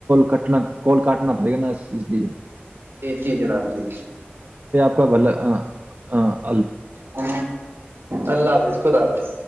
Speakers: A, on the right (about 50°); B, on the right (about 75°).
A: کاٹنا کال کاٹنا پڑے گا نا اس لیے
B: جی جی جی رام جی
A: بول ہاں ہاں
B: ہ اللہ حافظ خدا حافظ